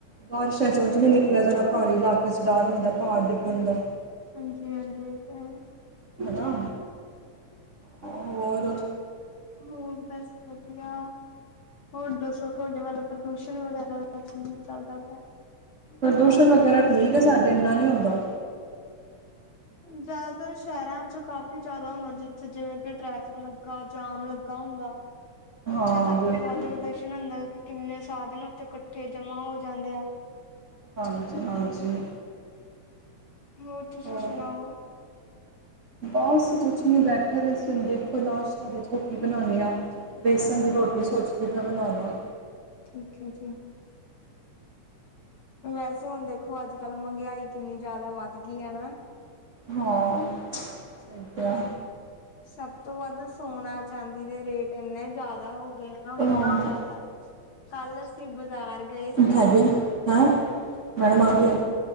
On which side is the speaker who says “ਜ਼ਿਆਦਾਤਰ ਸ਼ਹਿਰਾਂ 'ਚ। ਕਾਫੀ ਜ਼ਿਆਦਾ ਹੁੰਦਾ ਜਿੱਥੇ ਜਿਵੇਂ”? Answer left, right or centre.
Left